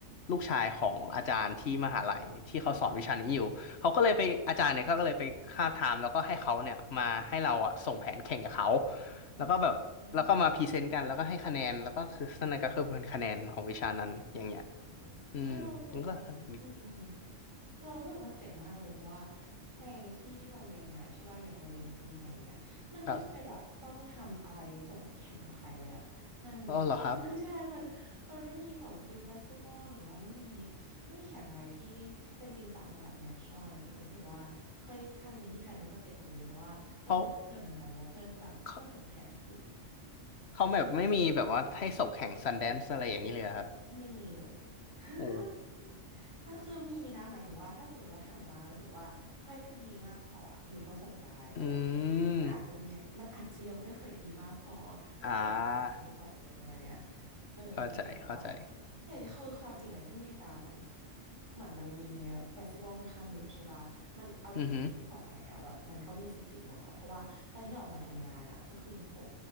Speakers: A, on the left; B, on the right.
A: ลูกชายของอาจารย์ที่มหาลัยที่เขาสอนวิชานี้อยู่
B: อืม
A: เขาก็เลยไปอาจารย์เนี่ยเขาก็เลยไปคาบถามแล้วก็ให้เขาเนี่ยมาให้เราอะส่งแผนแข่งกับเขา
B: อ่า
A: แล้วก็แบบแล้วก็มาพรีเซนต์กันแล้วก็ให้คะแนนแล้วก็คือนั่นก็คือเป็นคะแนนของวิชานั้นอย่างเงี้ย
B: อ่า อืมค่อยเรารู้สึกว่าแบบมันอืมอืมอืม
A: อืมมันก็สนุกดี
B: เรารู้สึกว่ามันเจ๋งมากเลยเพราะว่าในที่ที่เราเรียนมาใช่ป่ะอย่างเราเรียนฟรีมาอย่างเงี้ยมันไม่เคยแบบต้องทำอะไรส่งแข่งกับใครเลยอะมัน
A: ครับอ๋อเหรอครับ
B: <laughs> ใช่มันมันไม่มีส่งฟิล์มเฟสติวัลหรือว่าไม่มีไม่มีแข่งอะไรที่เป็นจริงจังระดับ national อะไรเงี้ยรู้สึกว่าเฮ้ยการเรียนที่ไทยมันก็เจ๋งดีเพราะว่าเคยคุยกับเพื่อนเหมือนกันแล้วเพื่อนก็แบบก็ส่งแข่งอยู่
A: เขาเขาเขาแบบไม่มีแบบว่าให้ส่งแข่งซันแดนซ์อะไรอย่างนี้เลยเหรอครับ
B: ไม่มีเลย <laughs>
A: โอ้
B: แต่คือมีนะหมายถึงว่าถ้าสมมติว่าทำออกมารู้สึกว่าเฮ้ยมันดีมากพออะอยู่ก็ส่งได้แต่ว่า
A: อื
B: มันอาจจะมีมันอาจจะยังไม่เคยดีมากพอ
A: มอ่า
B: ก็เลยไม่มีใครส่งอะไรประมาณเนี้ยเออเออแต่ว่า
A: เข้าใจเข้าใจ
B: แต่คือความจริงอะที่อเมริกาเหมือนเหมือนมันมีเฟสติวัลค่อนข้างเยอะใช่ป่ะมันเอาจริงๆสองอันไหนอะแบบมันก็มีสิทธิ์ติดหมดอะเพราะว่าตอนที่เราออกมาทำงานอะก็คือโห
A: อือหือ